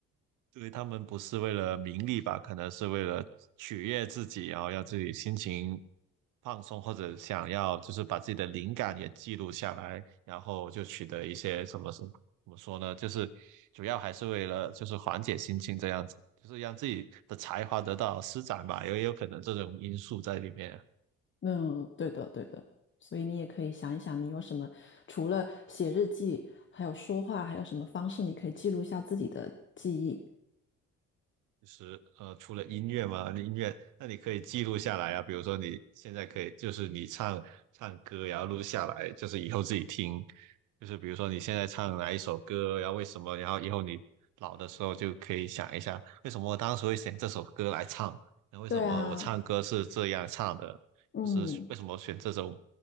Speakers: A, on the right; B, on the left.
A: 对他们不是为了名利吧，可能是为了取悦自己，然后让自己心情放松，或者想要就是把自己的灵感也记录下来，然后就取得一些什么什么怎么说呢？就是主要还是为了就是缓解心情这样子，就是让自己的才华得到施展吧，也有可能这种因素在里面。
B: 嗯，对的对的。所以你也可以想一想，你有什么除了写日记，还有说话，还有什么方式你可以记录下自己的记忆？
A: 就是呃，除了音乐嘛，音乐，那你可以记录下来啊。比如说你现在可以，就是你唱唱歌，然后录下来，就是以后自己听。就是比如说你现在唱哪一首歌，然后为什么，然后以后你老的时候就可以想一下，为什么我当时会选这首歌来唱，然后为什么我唱歌是这样唱的，
B: 对啊，嗯，
A: 不是为什么选这种，